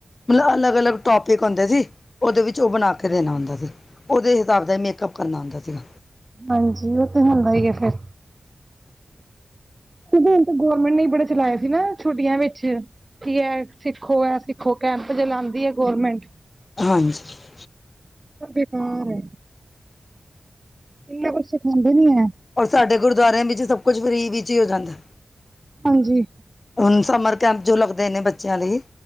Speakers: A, on the left (about 40°); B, on the right (about 30°).
A: ਮਤਲਬ ਅਲੱਗ ਅਲੱਗ ਟੋਪਿਕ ਹੁੰਦੇ ਸੀ। ਉਹਦੇ ਵਿੱਚ ਉਹ ਬਣਾ ਕੇ ਦੇਣਾ ਹੁੰਦਾ ਸੀ, ਉਹਦੇ ਹਿਸਾਬ ਦਾ ਇਹ ਮੇਕਅਪ ਕਰਨਾ ਹੁੰਦਾ ਸੀਗਾ।
B: ਹਾਂਜੀ, ਉਹ ਤੇ ਹੁੰਦਾ ਹੀ ਆ ਫੇਰ ਕਿਉਂਕ ਹੁਣ ਤਾਂ ਗੌਰਮੈਂਟ ਨੇ ਈ ਬੜੇ ਚਲਾਏ ਸੀ ਨਾ ਛੁੱਟੀਆਂ ਵਿੱਚ ਕੀ ਐ ਸਿੱਖੋ ਐ ਸਿੱਖੋ ਕੈਂਪ ਚਲਾਉਂਦੀ ਐ ਗੋਰਮੈਂਟ
A: ਹਾਂਜੀ।
B: ਓ ਬੇਕਾਰ ਆ ਇੰਨਾ ਕੁਛ ਸਿਖਾਂਦੇ ਨੀ ਐ।
A: ਔਰ ਸਾਡੇ ਗੁਰਦੁਵਾਰਿਆਂ ਵਿੱਚ ਸਭ ਕੁਛ ਫ੍ਰਰੀ ਵਿੱਚ ਹੀ ਹੋ ਜਾਂਦਾ।
B: ਹਾਂਜੀ।
A: ਹੁਣ ਸਮਰ ਕੈਂਪ ਜੋ ਲੱਗਦੇ ਨੇ ਬੱਚਿਆਂ ਲਈ,